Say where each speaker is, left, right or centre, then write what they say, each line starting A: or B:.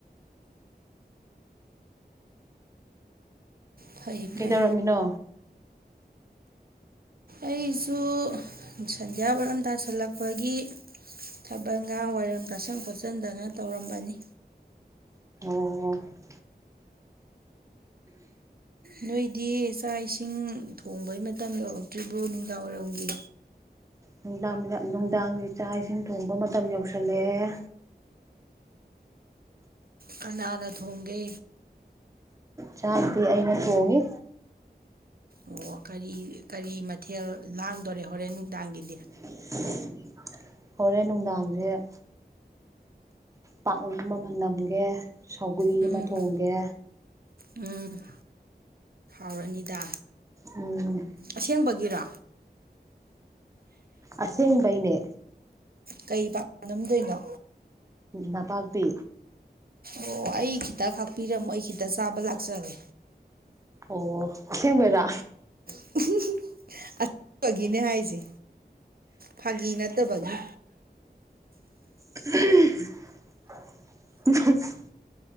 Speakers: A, on the right; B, on the right.
A: ꯐꯩ ꯐꯩ
B: ꯀꯩꯗꯧꯔꯝꯃꯤꯅꯣ
A: ꯑꯩꯁꯨ ꯁꯟꯙꯌꯥ ꯋꯥꯏꯔꯝ ꯇꯥꯁꯤꯜꯂꯛꯄꯒꯤ ꯊꯥꯕꯜꯒ ꯋꯥꯏꯔꯝ ꯇꯥꯁꯟ ꯈꯣꯠꯆꯟꯗꯅ ꯇꯧꯔꯝꯕꯅꯤ
B: <unintelligible>
A: ꯅꯣꯏꯗꯤ ꯆꯥꯛ ꯏꯁꯤꯡ ꯊꯣꯡꯕꯩ ꯃꯇꯝ ꯌꯧꯔꯛꯇ꯭ꯔꯤꯕ꯭ꯔꯣ ꯅꯨꯡꯗꯥꯡꯋꯥꯏꯔꯝꯒꯤ
B: ꯅꯨꯡꯗꯥꯡ ꯅꯨꯡꯗꯥꯡꯁꯨ ꯆꯥꯛ ꯏꯁꯤꯡ ꯊꯣꯡꯕ ꯃꯇꯝ ꯌꯧꯁꯜꯂꯛꯑꯦ
A: ꯀꯅꯥꯅ ꯊꯣꯡꯒꯦ
B: ꯆꯥꯛꯇꯤ ꯑꯩꯅ ꯊꯣꯡꯉꯤ
A: ꯑꯣ ꯀꯔꯤ ꯀꯔꯤ ꯃꯊꯦꯜ ꯂꯥꯡꯗꯣꯔꯦ ꯍꯣꯔꯦꯟ ꯅꯨꯡꯗꯥꯡꯒꯤꯗꯤ
B: <inaudible> ꯍꯣꯔꯦꯟ ꯅꯨꯡꯗꯥꯡꯁꯦ ꯄꯥꯛꯅꯝ ꯑꯃ ꯅꯝꯒꯦ ꯁꯧꯒ꯭ꯔꯤ
A: ꯎꯝ
B: ꯑꯃ ꯊꯣꯡꯒꯦ
A: ꯎꯝ ꯍꯥꯎꯔꯅꯤꯗ
B: ꯎꯝ
A: ꯑꯁꯦꯡꯕꯒꯤꯔꯣ
B: ꯑꯁꯦꯡꯕꯩꯅꯦ
A: ꯀꯩ ꯄꯥꯛꯅꯝꯗꯣꯏꯅꯣ
B: ꯅꯄꯥꯛꯄꯤ
A: ꯑꯣ ꯑꯩ ꯈꯤꯇ ꯈꯥꯛꯄꯤꯔꯝꯃꯣ ꯑꯩ ꯈꯤꯇ ꯆꯥꯕ ꯂꯥꯛꯆꯒꯦ
B: ꯑꯣ ꯑꯁꯦꯡꯕꯩꯔ
A: <unintelligible> ꯑꯄꯒꯤꯅꯦ ꯍꯥꯏꯁꯦ ꯐꯥꯒꯤ ꯅꯠꯇꯕꯒꯤ
B: ꯑ